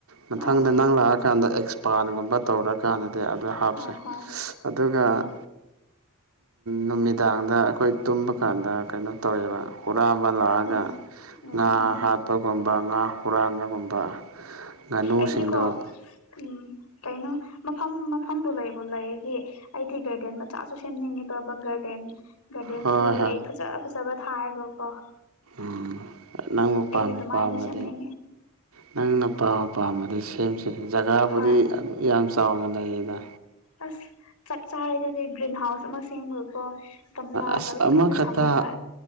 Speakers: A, on the right; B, on the left.
A: ꯃꯊꯪꯗ
B: ꯑ ꯍꯣꯏ
A: ꯅꯪ ꯂꯥꯛꯑꯀꯥꯟꯗ ꯑꯦꯛꯁꯄꯥꯟꯒꯨꯝꯕ ꯇꯧꯔꯀꯥꯟꯗ ꯗꯤ ꯑꯗꯨ ꯍꯥꯞꯁꯦ
B: ꯑ ꯍꯣꯏ
A: ꯑꯗꯨꯒ
B: ꯍꯣꯏ
A: ꯅꯨꯃꯤꯗꯥꯡꯗ ꯑꯩꯈꯣꯏ ꯇꯨꯝꯕ ꯀꯥꯟꯗ ꯀꯩꯅꯣ ꯇꯧꯋꯦꯕ ꯍꯨꯔꯥꯟꯕ ꯂꯥꯛꯑꯒ
B: ꯎꯝ ꯎꯝ
A: ꯉꯥ
B: ꯎꯝ
A: ꯍꯥꯠꯄꯒꯨꯝꯕ ꯉꯥ ꯍꯨꯔꯥꯟꯕꯒꯨꯝꯕ ꯉꯥꯅꯨꯁꯤꯡꯗꯣ
B: ꯑꯩꯗꯤꯀꯣ ꯎꯝ ꯀꯩꯅꯣ ꯃꯐꯝ ꯃꯐꯝꯗꯨ ꯂꯩꯕꯨ ꯂꯩꯒꯤ ꯑꯩꯗꯤ ꯒꯥꯔꯗꯦꯟ ꯃꯆꯥꯁꯨ ꯁꯦꯝꯅꯤꯡꯉꯤ ꯄ꯭ꯔꯕ ꯒꯥꯔꯗꯦꯟ ꯒꯥꯔꯗꯦꯟꯗꯣ
A: ꯍꯣꯏ
B: ꯂꯩ ꯐꯖ ꯐꯖꯕ ꯊꯥꯏꯔꯒ ꯀꯣ
A: ꯎ ꯅꯪꯕꯨ ꯄꯥꯝꯕ
B: ꯑꯗꯨꯃꯥꯏꯅꯁꯨ
A: ꯄꯥꯝꯃꯗꯤ
B: ꯁꯦꯝꯅꯤꯡꯉꯦ
A: ꯅꯪꯅ ꯄꯥ ꯑꯄꯥꯝꯕꯗꯤ ꯁꯦꯝꯁ ꯖꯒꯥꯕꯨꯗꯤ
B: ꯍꯣꯏ
A: ꯑꯗꯨꯛ ꯌꯥꯝ ꯆꯥꯎꯅ ꯂꯩꯌꯦꯗ
B: ꯑꯁ ꯆꯞ ꯆꯥꯔꯦꯗꯨꯗꯤ ꯒ꯭ꯔꯤꯟ ꯍꯥꯎꯁ ꯑꯃ ꯁꯦꯝꯕꯀꯣ ꯒꯝꯂꯥꯒ
A: ꯑꯁ
B: ꯂꯣꯏꯅ
A: ꯑꯃꯈꯛꯇ
B: ꯊꯝꯃꯒ